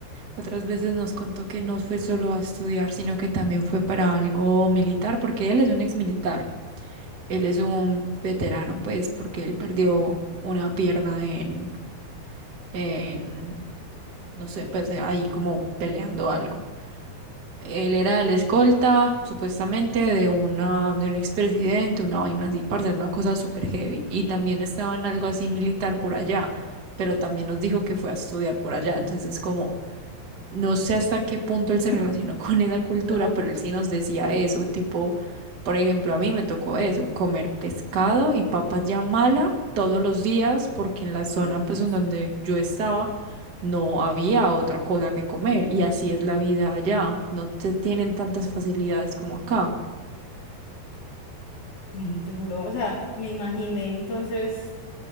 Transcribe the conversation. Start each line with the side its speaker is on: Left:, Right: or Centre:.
Right: otras veces nos contó que no fue solo a estudiar, sino que también fue para algo militar, porque él es un ex militar, él es un veterano, pues, porque él perdió una pierna en, en, no sé, pues ahí como peleando algo. Él era el escolta, supuestamente, de una, de un expresidente, una vaina así, para hacer una cosa súper heavy. Y también estaba en algo así militar por allá, pero también nos dijo que fue a estudiar por allá. Entonces, es como, no sé hasta qué punto él se
Left: <laughs>
Right: relacionó <laughs> con esa cultura,
Left: Como
Right: pero
Left: que,
Right: él sí nos decía eso, tipo, por ejemplo, a mí me tocó eso, comer pescado y papas ya mala todos los días, porque en la zona
Left: ay, Dios,
Right: pues en donde yo estaba no había otra cosa que comer y así es la vida allá, no te tienen tantas facilidades como acá.
Left: muy duro. O sea, me imaginé entonces,